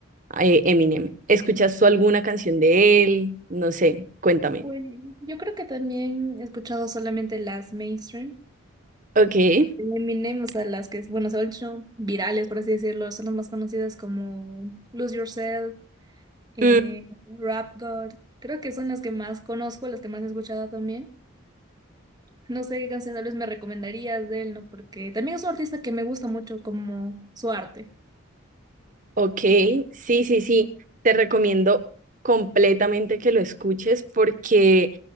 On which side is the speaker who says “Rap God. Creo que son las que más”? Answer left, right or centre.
Right